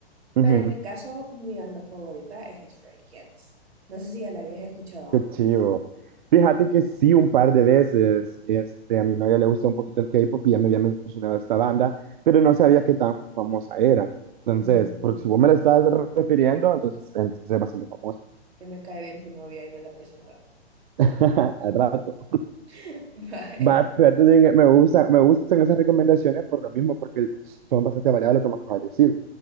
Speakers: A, on the right; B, on the right.
A: Ujú.
B: Pero en mi caso, mi banda favorita es Stray Kids. No sé si ya la habías escuchado antes.
A: Qué chivo. Fíjate que sí, un par de veces, este, a mi novia le gusta un poquito el K-pop y ya me había mencionado esta banda, pero no sabía qué tan famosa era. Entonces,
B: Mm,
A: porque si vos me la estás refiriendo, entonces, entonces es bastante famosa.
B: ya me cae bien tu novia y me la presentaste.
A: <laughs> Al rato.
B: <laughs> Bye.
A: Va, fíjate, de- me gusta, me gustan esas recomendaciones por lo mismo, porque son bastante variadas lo que me acabas de decir.